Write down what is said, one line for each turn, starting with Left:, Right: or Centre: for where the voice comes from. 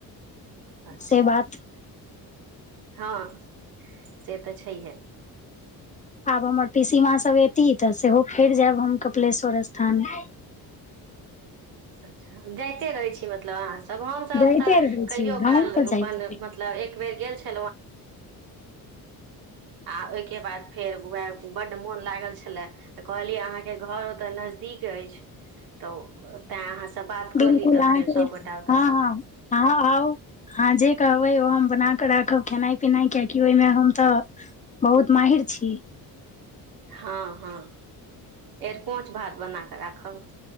Right: अच्छा
Left: से बात
Right: हँ से तऽ छैहे
Left: आब मै सीमा सबर तऽ सेहो फेर जायब हम कपिलेश्वर स्थान
Right: अच्छा जाइते रहै छी मतलब अहाँ तब हम सब
Left: जाइते
Right: तऽ
Left: रहै
Right: कहियो
Left: छी हम
Right: काल
Left: तऽ
Right: अपन
Left: जाइत रहै
Right: मतलब एक बेर गेल छी आ ओहि बादर बड्ड मोन लागल छल अहाँके नजदीक अछि तऽ तऽ बात कऽ
Left: बिलकुल
Right: ली
Left: अहाँके
Right: फेर सभगोटा ओतयसँ
Left: हँ हँ अहाँ आउ अह जे कहबै ओ हम बना कऽ राखब खेनाइ पिनाइ कियाकि ओहिमे हम तऽ बहुत महिर छी
Right: हँ हँ एर पोच भात बना कऽ राखब